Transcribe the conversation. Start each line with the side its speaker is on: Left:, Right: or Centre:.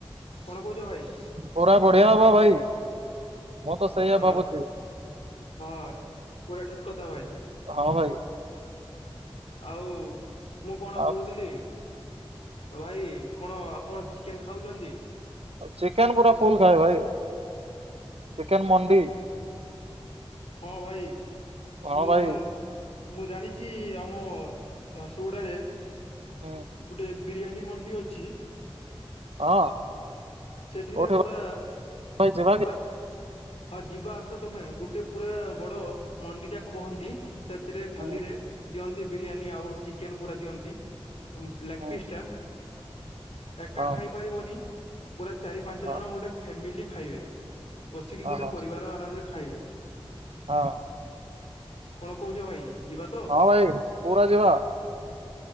Left: କଣ କହୁଛ ଭାଇ?
Right: ପୁରା ବଢିଆ ହବ ଭାଇ। ମୁଁ ତ ସେଇଆ
Left: ଅ
Right: ଭାବୁଚି।
Left: ହଁ ପୁରା ଠିକ୍ କଥା ଭାଇ।
Right: ହଁ ଭାଇ।
Left: ଆଉ ମୁଁ କଣ
Right: ଆଉ
Left: କହୁଥିଲି ଭାଇ କଣ ଆପଣ ଚିକେନ ଖାଉଚନ୍ତି?
Right: ଚିକେନ ପୁରା ଫୁଲ ଖାଏ ଭାଇ। ଚିକେନ ମଣ୍ଡି।
Left: ହଁ ଭାଇ।
Right: ହଁ
Left: ମୁଁ
Right: ଭାଇ।
Left: ମୁଁ ଜାଣିଚି ଆମ ଝାରସୁଗୁଡାରେ
Right: ହୁଁ।
Left: ଗୋଟେ ବିରିୟାନୀ ମଣ୍ଡି ଅଛି।
Right: ହଁ।
Left: ସେଠିରେ
Right: କୋଉଠି
Left: ପୁରା
Right: ଭାଇ ଯିବା
Left: ପୁରା
Right: କି?
Left: ହଁ ଯିବା ଆସ ତମେ ଗୋଟେ ପୁରା ବଡ ମଣ୍ଡି ଟା କୁହନ୍ତି। ସେଥିରେ ଥାଲି
Right: ହୁଁ
Left: ରେ ଦିଅନ୍ତି ବିରିୟାନୀ ଆଉ ଚିକେନ ପୁରା ଦିଅନ୍ତି। ଲେଗ୍
Right: ହୁଁ
Left: ପିସ୍ ଟା। ଏକା
Right: ହଁ
Left: ଖାଇପାରିବନି। ପୁରା ଚାରି ପାଞ୍ଚ
Right: ହଁ
Left: ଜଣ ଗୋଟେ ଫ୍ୟାମିଲି ଖାଇବେ, ବସିକି
Right: ହଁ
Left: ଗୋଟେ
Right: ହଁ।
Left: ପରିବାର ଆରାମରେ ଖାଇବେ।
Right: ହଁ।
Left: କଣ କହୁଛ ଭାଇ? ଯିବା ତ?
Right: ହଁ ଭାଇ ପୁରା ଯିବା।